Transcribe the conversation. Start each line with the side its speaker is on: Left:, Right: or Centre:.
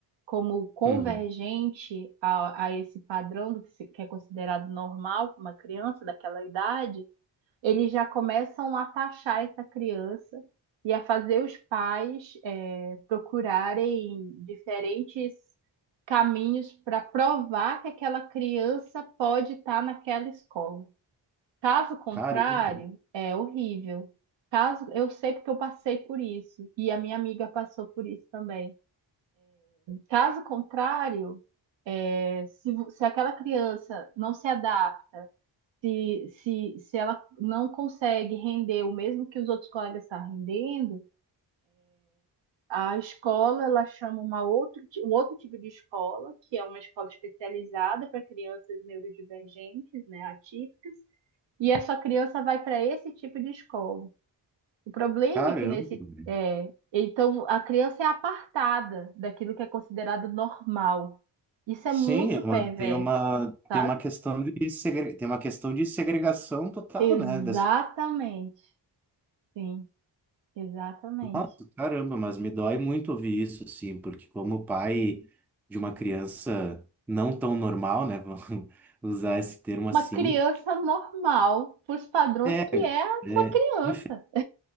Right: Como convergente
Centre: uhum.
Right: a, a esse padrão do que, se, que é considerado normal para uma criança daquela idade, eles já começam a taxar essa criança e a fazer os pais é, procurarem diferentes caminhos para provar que aquela criança pode estar naquela escola. Caso contrário,
Centre: Caramba,
Right: é horrível. Caso eu sei porque eu passei por isso e a minha amiga passou por isso também. Caso contrário, é, se, vo- se aquela criança não se adapta se, se, se ela não consegue render o mesmo que os outros colegas estão rendendo, a escola ela chama uma outro, ti- um outro tipo de escola, que é uma escola especializada para crianças neurodivergentes, né, atípicas, e essa criança vai para esse tipo de escola. O problema
Centre: caramba.
Right: é que nesse
Centre: velho.
Right: é, então a criança é apartada daquilo que é considerado normal. Isso
Centre: Sim,
Right: é muito
Centre: é
Right: perverso,
Centre: uma- tem uma,
Right: sabe?
Centre: tem uma questão de segre... tem uma questão de segregação total,
Right: Exatamente.
Centre: né? Dessa...
Right: Sim, exatamente.
Centre: Nossa, caramba, mas me dói muito ouvir isso, sim, porque como pai de uma criança não tão normal, né? <laughs> Vamos usar esse termo assim,
Right: uma criança normal, para os padrões
Centre: é,
Right: que é a sua
Centre: é
Right: criança.
Centre: dife-